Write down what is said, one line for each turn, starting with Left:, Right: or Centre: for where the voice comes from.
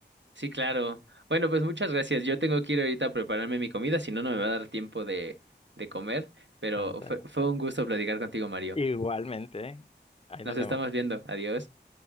Right: sí, claro. Bueno, pues muchas gracias. Yo tengo que ir ahorita a prepararme mi comida, si no, no me va a dar tiempo de, de comer. Pero
Left: Ándale.
Right: fue, fue un gusto platicar contigo, Mario.
Left: Igualmente, ¿eh? Ahí
Right: Nos
Left: nos
Right: estamos
Left: vemos.
Right: viendo. Adiós.